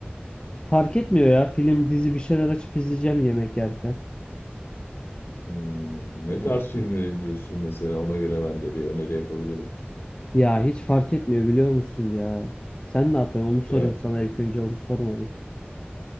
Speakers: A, on the left; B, on the left.
A: Fark etmiyor ya. Film, dizi bir şeyler açıp izleyeceğim yemek yerken.
B: Hmm, ne
A: Ee,
B: tarz filmler izliyorsun mesela ona göre ben de bir öneri yapabilirim.
A: ya hiç fark etmiyor biliyor musun ya. Sen ne yapıyorsun? Onu sorayım
B: Ya
A: sana ilk önce onu sormadım.